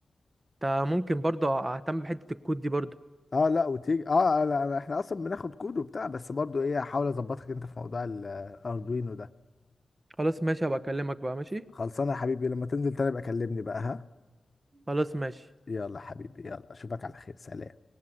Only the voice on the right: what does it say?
انت ممكن برضه اهتم بحته الكود دي برضه
خلاص ماشي هبقى اكلمك بقى ماشي
خلاص ماشي